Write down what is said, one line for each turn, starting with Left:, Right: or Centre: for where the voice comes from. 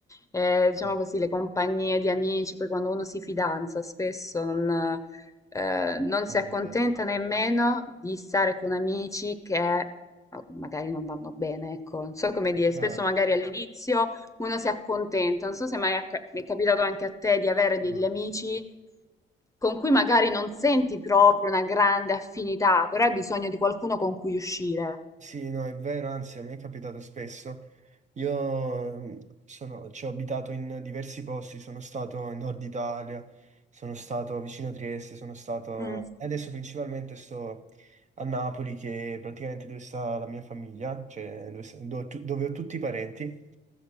Left: Eh, diciamo
Right: Eh,
Left: così, le compagnie di amici, poi quando uno si fidanza spesso non, eh, non
Right: no,
Left: si
Right: vabbè,
Left: accontenta nemmeno di stare con amici che oh, magari non vanno bene, ecco. Non so come dire, spesso
Right: chiaro,
Left: magari all'inizio uno si accontenta, non so se mai acca- mi è capitato anche a te di avere degli
Right: no.
Left: amici con cui magari non senti proprio una grande affinità, però hai bisogno di qualcuno con cui uscire.
Right: Sì, no, è vero, anzi, a me è capitato spesso. Io mm, sono- ci ho abitato in diversi posti, sono stato in Nord Italia, sono stato vicino a Trieste, sono stato...
Left: Mm.
Right: e Adesso principalmente sto a Napoli, che è praticamente dove sta la mia famiglia, cioè dove, sta- do- tu- dove ho tutti i parenti.